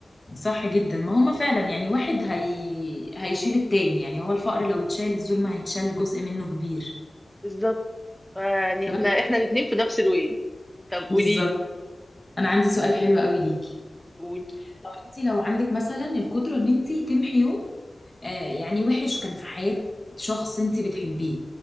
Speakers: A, on the left; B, in the centre.
A: صح جدا ما هما فعلا يعني واحد هي... هيشيل التاني يعني هو الفقر لو اتشال الظلم هيتشال جزء منه كبير
B: بالظبط فيعني
A: طب
B: احنا
A: أنا-
B: احنا الاتنين في نفس الوين طب قولي
A: بالظبط انا عندي سؤال حلو قوي ليكي
B: قولي
A: طب انت لو عندك مثلا القدره ان انت تمحي يوم آه يعني وحش كان في حياه شخص انت بتحبيه